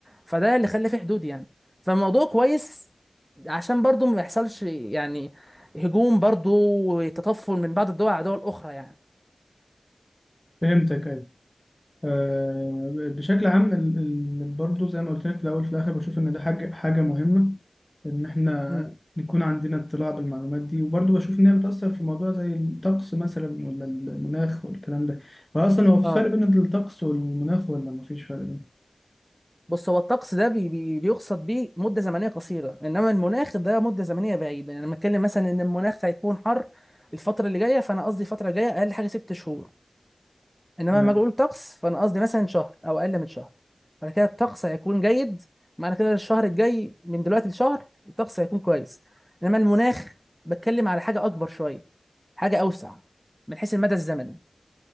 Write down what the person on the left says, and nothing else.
فهمتك أيوة. آه، بشكل عام ال- ال- برضو زي ما قلت لك في الأول في الآخر بشوف إن ده حاجة حاجة مهمة إن إحنا
نكون عندنا اطلاع بالمعلومات دي وبرضو بشوف إن هي بتأثر في موضوع زي الطقس مثلا ولا المناخ والكلام ده فأصلا هو في
فرق بين الطقس والمناخ ولا مفيش فرق بينهم؟
تمام